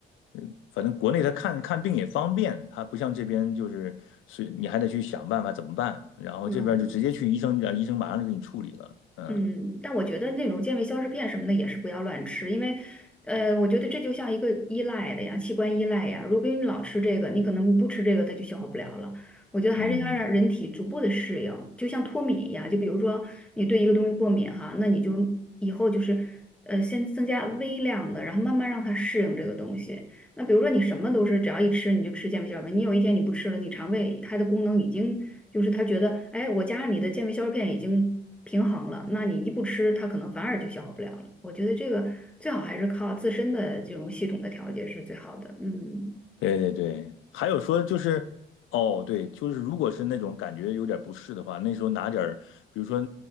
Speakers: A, on the left; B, in the centre.
A: 嗯，反正国内他看看病也方便，他不像这边就是是你还得去想办法怎么办，然后这边就直接去医生，
B: 嗯。
A: 让医生马上就给你处理了，嗯
B: 嗯，但我觉得那种健胃消食片什么的也是不要乱吃，因为，呃，我觉得这就像一个依赖的呀，器官依赖呀。如果你老吃这个，你可能不吃这个，它就消化不了了。我觉得还是应该让人体逐步的适应，
A: 嗯。
B: 就像脱敏一样。就比如说你对一个东西过敏哈，那你就以后就是，呃，先增加微量的，然后慢慢让它适应这个东西。那比如说你什么都是只要一吃你就吃健胃消化片，你有一天你不吃了，你肠胃它的功能已经就是它觉得，哎，我加上你的健胃消化片已经平衡了，那你一不吃，它可能反而就消化不了了。我觉得这个最好还是靠自身的这种系统的调节是最好的。嗯
A: 对对对，还有说就是，哦，对，就是如果是那种感觉有点不适的话，那时候拿点儿，比如说